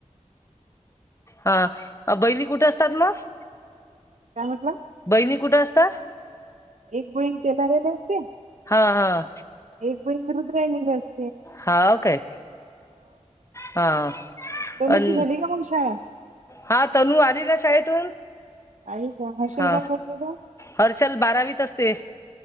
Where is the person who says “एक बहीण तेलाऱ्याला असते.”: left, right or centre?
Right